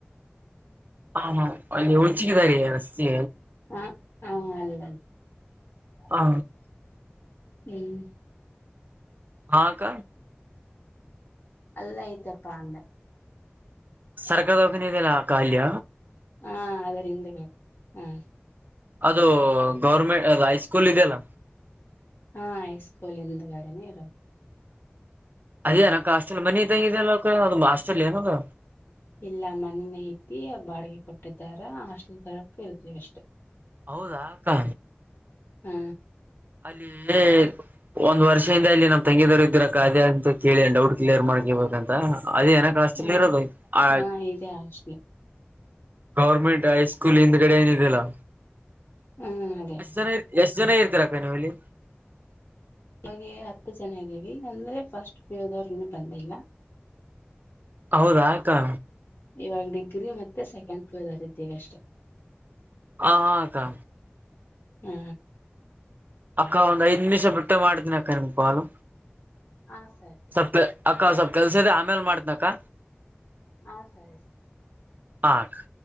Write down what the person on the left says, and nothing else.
ಹ ಹಾ ಅಲ್ಲ ಅದ <unintelligible>
ಹ್ಮ
ಅಲ್ಲೇ ಐತಪ್ಪಾ ಅಂದೆ
ಹಾ ಅದರಿಂದ ಹಾ
ಹಾ ಐಸ್ಕೂಲ್ ಹಿಂದೆಗಡೆನ ಇರ
ಇಲ್ಲ ಮನೆ ಐತಿ ಬಾಡಿಗೆ ಕೊಟ್ಟಿದ್ದಾರ ಹಸ್ಟೆಲ್ ತರಕು ಇರ್ತವಿ ಅಷ್ಟು.
ಹಾ
ಹ
ಹಾ ಇದೆ ಹಾಸ್ಟೆಲ್
ಹ್ಮ್ ಅದೇ
ಹಾಗೆ ಹತ್ತು ಜನ ಆಗವಿ ಅಂದ್ರೆ ಫಸ್ಟ್ ಪಿಯು ದವರ್ ಇನ್ನು ಬಂದಿಲ್ಲ.
ಇವಾಗ ಡಿಗ್ರಿ ಮತ್ತೆ ಸೆಕೆಂಡ್ ಪಿಯುದವರ ಇದ್ದಿವಿ ಅಷ್ಟೆ.
ಹ್ಮ
ಹಾ ಸರಿ
ಹಾ ಸರಿ ಸರಿ